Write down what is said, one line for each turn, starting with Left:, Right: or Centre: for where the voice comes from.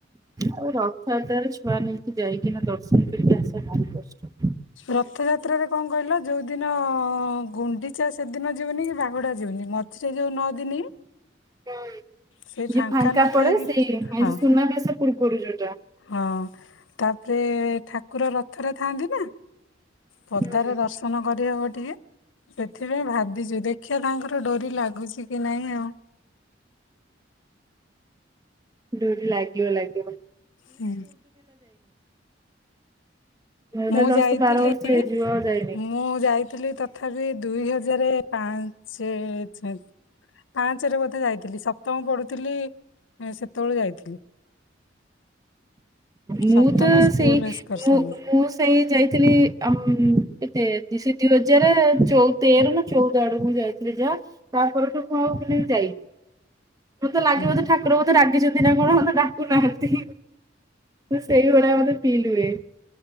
Right: ଆଉ ରଥଯାତ୍ରାରେ ଛୁଆ ନେଇକି ଯାଇକି ନା ଦର୍ଶନ କରିକି ଆସିବା ଭାରି କଷ୍ଟ।
Left: ରଥଯାତ୍ରାରେ କଣ କହିଲ ଯୋଉଦିନ ଗୁଣ୍ଡିଚା ସେଦିନ ଯିବନି କି ବାହୁଡ଼ା ଯିବନି ମ ଝିରେ ଯୋଉ ନଅ ଦିନି
Right: ହଁ।
Left: ସେ ଫାଙ୍କା ନଥାଏ କି ହଁ ହଁ ତାପରେ ଥାକୁର ରଥରେ ଥାଆନ୍ତି ନା ପଦାରେ
Right: ହୁଁ
Left: ଦର୍ଶନ କରିହବ ଟିକେ ସେଥିପାଇଁ ଭାବିଚୁ ଦେଖିଆ ତାଙ୍କର ଡୋରି ଲାଗୁଛି କି ନାଇଁ ଆଉ।
Right: ଡୋରି ଲାଗିବ ଲାଗିବ।
Left: ହୁଁ
Right: ମୋର
Left: ମୁଁ
Right: ଦଶ
Left: ଯାଇଥିଲି
Right: ବାର ବର୍ଷ ହେଇଯିବ ଯାଇନି।
Left: ମୁଁ ଯାଇ ଥିଲି ତଥାପି ଦୁଇ ହଜାରେ ପାଞ୍ଚେ ଚାରି। ପାଞ୍ଚେରେ ବୋଧେ ଯାଇଥିଲି ସପ୍ତମ ପଢୁଥିଲି ସେତବେଳେ ଯାଇଥିଲି।
Right: ମୁଁ
Left: ସପ୍ତମ
Right: ତ
Left: ସ୍କୁଲ
Right: ସେଇ,
Left: ଏକ୍ସକର୍ସନ
Right: ପୁ ପୁସ୍ ସେଇ ଯାଇଥିଲି ଆ କେତେ, ସେ ଦୁଇ ହଜାର ଚଉ ତେର ନା ଚଉଦ ଆଡକୁ ଯାଇଥିଲି। ଯା, ତା ପରଠୁ ମୁଁ ଆଉ ମାନେ ଯାଇନି। ମତେ ଲାଗେ
Left: ହୁଁ
Right: ବୋଧେ ଠାକୁର ବୋଧେ ରାଗିଚନ୍ତି ନା କଣ? ମତେ ଡାକୁନାହାନ୍ତି। ତ ସେଇଭଳିଆ ମତେ ଫିଲ୍ ହୁଏ।